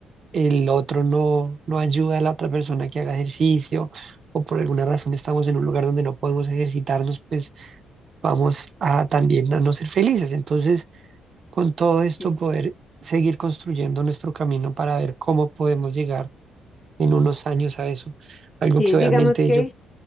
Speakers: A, on the right (about 55°); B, on the left (about 15°).
A: el otro no, no ayuda a la otra persona que haga ejercicio. o por alguna razón estamos en un lugar donde no podemos ejercitarnos, pues vamos a también a no ser felices. Entonces, con todo esto
B: sí.
A: poder seguir construyendo nuestro camino para ver cómo podemos llegar en unos años a eso. Algo
B: Sí,
A: que
B: digamos
A: obviamente
B: que,
A: yo,